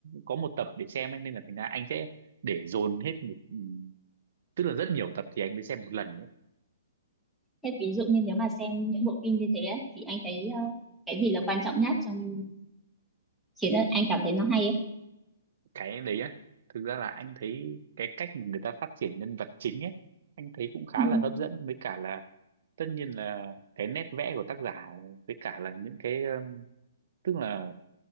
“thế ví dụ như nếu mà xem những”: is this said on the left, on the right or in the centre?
Centre